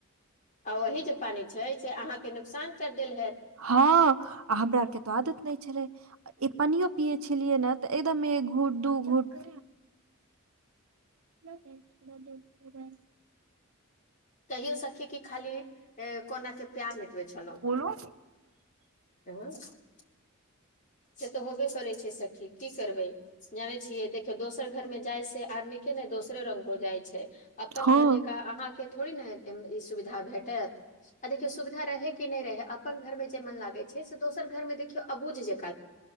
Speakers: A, on the left (about 35°); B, on the right (about 70°).
A: आ ओही जे पानी छै से अहाँके नुकसान कर देल हैत
B: हँ आ हमरा आरके त आदत नै छलै ए पानीओ पीए छेलियै ने तऽ एकदम एक घुट दू घुट <inaudible>
A: कहियो सखी कि खाली <unintelligible> कोना के प्यार निटबै छलौ
B: बोलो
A: <unintelligible> से तऽ होबे करे छै सखी की करबै जानै छियै देखियौ दोस दोसर घर में जाइ से आदमी के नऽ दोसरे रंग भऽ जाइ छै अपन
B: हँ
A: घर जेकाँ अहाँके थोड़े ने ई सुविधा भेटत आ देखियौ सुविधा रहै कि नै रहै अपन घरमे जे मन लागै छै से दोसर घरमे मे देखियौ अबुझ जेक